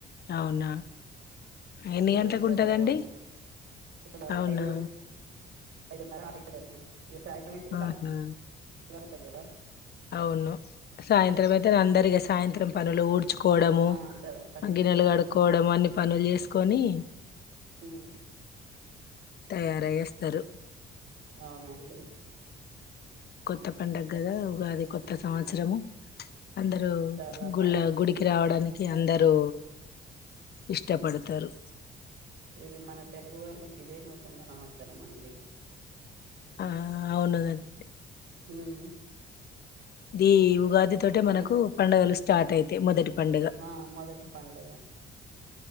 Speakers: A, on the left; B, on the right.
A: అవునా ఎన్ని
B: అందరు
A: గంటలకు
B: వెళ్తారు
A: ఉంటదండి
B: ఊరు వాళ్ళు ఇక్కడ
A: అవునా
B: ఐదు ఐదున్నర అరైతదండి ఇగ సాయంత్రం అయితేనే సళ్ళగుంటది
A: ఆహా
B: కదా
A: అవును సాయంత్రం అయితే అందరిగా సాయంత్రం పనులు ఊడ్చుకోవడము,
B: ఆ అంత పని
A: గిన్నెలు కడుక్కోవడం అన్ని పనుల్ చేస్కొని
B: మ్
A: తయారయి వస్తారు
B: అవునండి
A: కొత్త పండగదా ఉగాది కొత్త
B: ఉమ్
A: సంవత్సరము అందరూ
B: చాలా
A: గుళ్ళ
B: బాగుంటది
A: గుడికి రావడానికి అందరూ ఇష్టపడతరు
B: ఇది మన తెలుగు వాళ్ళకి ఇదే నూతన సంవత్సరం అండి
A: ఆ అవును అది
B: హ్మ్
A: ది ఉగాది తోటే
B: పండుగ
A: మనకు పండుగలు స్టార్ట్ అయితాయ్ మొదటి పండుగ
B: ఆ మొదటి పండుగ